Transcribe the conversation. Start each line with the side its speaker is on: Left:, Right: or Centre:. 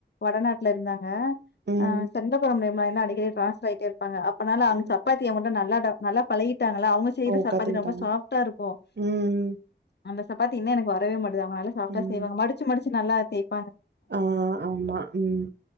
Left: வடநாட்டுல இருந்தாங்க
Right: ம்.
Left: ஆ செந்த குழம் <inaudible> அடிக்கடி டிரான்ஸ்பர் ஆயிட்டு அப்பனால
Right: ம்.
Left: அவங்க சப்பாத்தி நல்லா டா நல்லா பழகி அதனால அவங்க செய்யற
Right: ஓ!
Left: சப்பாத்தி
Right: கத்துக்கிட்டாங்க.
Left: ரொம்ப சாஃப்டா இருக்கும்
Right: ம்.
Left: அந்த சப்பாத்தி இன்ன எனக்கு வரவே மாட் அவங்க மாரி செட்டஸ்
Right: ம்.
Left: செய்வங்க மடிச்சி மடிச்சி நல்லா டேஸ்ட்டு
Right: ஆ ஆமா உம்